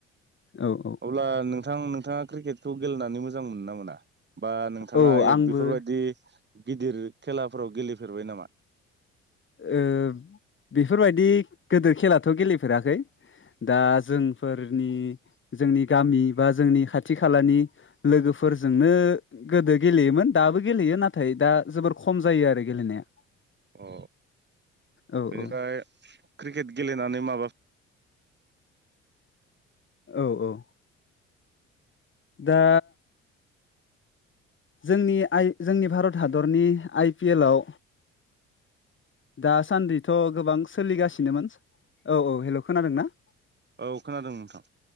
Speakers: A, on the left; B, on the right.
A: औ औ
B: अब्ला नोंथां नोंथाङा क्रिकेटखौ गेलेनानै मोजां मोनो ना मोना? बा नोंथाङा
A: औ
B: यो
A: आंबो
B: बेफोरबायदि गिदिर खेलाफोराव गेलेफेरबाय नामा?
A: ओ बेफोरबायदि गोदिर खेलाथ' गेलेफेराखै। दा जोंफोरनि जोंनि गामि बा जोंनि खाथि खालानि लोगो फोरजोंनो गोदो गेलेयोमोन दाबो गेलेयो नाथाय दा जोबोर खम जायो आरो गेलेनाया।
B: अ
A: औ
B: बेनिफ्राय
A: औ
B: क्रिकेट गेलेनानै माबा
A: औ औ। दा जोंनि आइ जोंनि भारत हादरनि आइ पि एल आव दासान्दिथ' गोबां सोलिगासिनोमोन औ औ हेल' खोनादोंना?
B: औ खोनादों नोंथां।